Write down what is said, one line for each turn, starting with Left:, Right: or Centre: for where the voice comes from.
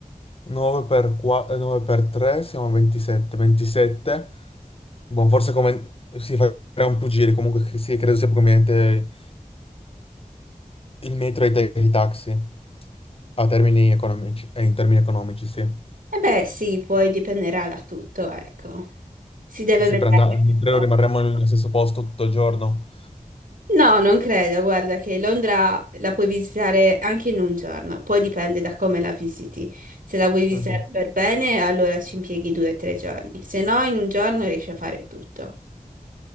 Left: 9 per, qua- eh, 9 per 3 siamo a 27, 27, boh, forse come si fa un più giri, comunque cre- sì, credo sia più conveniente il metro e i ta- i taxi, a termini economici, eh, in termini economici, sì.
Right: E beh, sì, poi dipenderà da tutto, ecco. Si deve
Left: Se
Right: vedere,
Left: prendiamo, Certo.
Right: ecco.
Left: credo rimarremo nello stesso posto tutto il giorno.
Right: No, non credo, guarda che Londra la puoi visitare anche in un giorno, poi dipende da come la visiti. Se la vuoi visitare
Left: Mhm.
Right: per bene, allora ci impieghi due o tre giorni, se no in un giorno riesci a fare tutto.